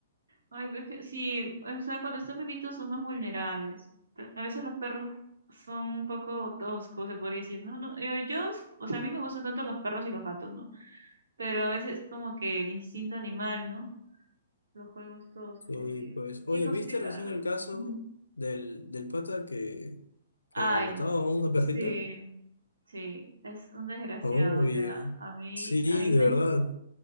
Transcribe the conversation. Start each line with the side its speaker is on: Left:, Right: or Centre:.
Right: Ay, pero es que sí, o sea, cuando están bebitos son más vulnerables. Ta- A veces los perros son un poco toscos, se podría decir, ¿no? No, yo, yo, o sea, a mí me gustan tanto los perros y los gatos, ¿no? Pero a veces como que el instinto animal, ¿no? Los juegos toscos
Left: Sí,
Right: y
Left: pues, oye,
Right: sin justificar.
Left: ¿viste recién el caso
Right: Ujú.
Left: del, del pata que, que
Right: Ay,
Left: ha matado
Right: no.
Left: a una perrita?
Right: Sí, sí, es un desgraciado,
Left: Oye,
Right: o sea, a mí,
Left: sí,
Right: a mí
Left: de
Right: me,
Left: verdad,
Right: o